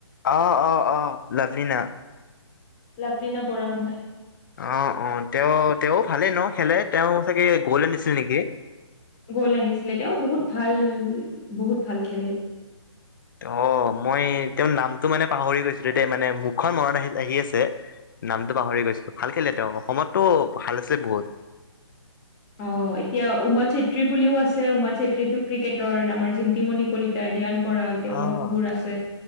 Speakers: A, on the left; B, on the left.
A: অ অ অ লাভলীনা
B: লাভলিনা বৰাগোহাঁই
A: অ অ তেওঁ তেও ভালেই ন খেলে তেওঁ চাগে গ'ল্ড আনিছিল নেকি
B: গ'ল্ড আনিছিলে তেওঁ বহুত ভাল বহুত ভাল খেলে
A: অ মই তেওঁৰ নামটো মানে পাহৰি গৈছিলো দেই মানে মুখখনত মনত আহি আহি আছে নামটো পাহৰি গৈছো ভাল খেলে তেওঁ অসমতো ভাল আছে বহুত
B: অ এতিয়া উমা চেত্ৰী বুলিও আছে উমা চেত্ৰী ক্ৰিকেটৰ আমাৰ জিন্তিমণি কলিতা এতিয়া ৰিয়ান পৰাগ তেওঁলোক
A: অ'
B: বোৰ আছে,